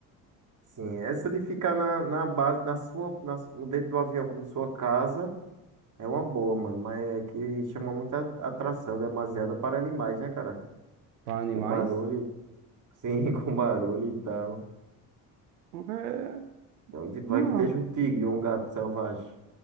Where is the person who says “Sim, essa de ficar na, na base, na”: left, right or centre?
Right